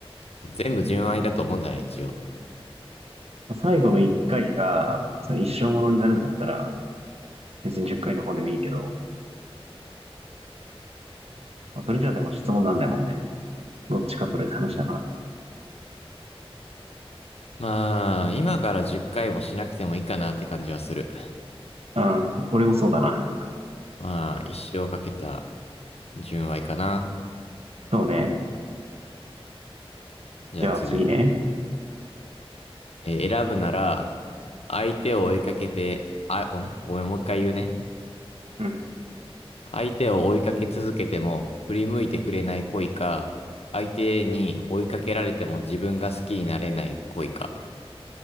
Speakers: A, on the left; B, on the right.
A: そう全部純愛だと思うんじゃない一応。
B: 最後の1回が、その一生ものになるんだったら、別に10回の方でもいいけど、まあそれじゃあでも質問なんないもんね。どっちか取れって話だか
A: まあ、今から10回もしなくてもいいかなって感じはする。
B: ら。うん。俺もそうだな。
A: まあ、一生かけた純愛かな。
B: そうね。
A: じゃあ次。
B: じゃあ次ね。
A: えー、選ぶなら、相手を追いかけて、あ、んごめん、もう一回言うね。
B: うん。
A: 相手を追いかけ続けても振り向いてくれない恋か、相手に追いかけられても自分が好きになれない恋か。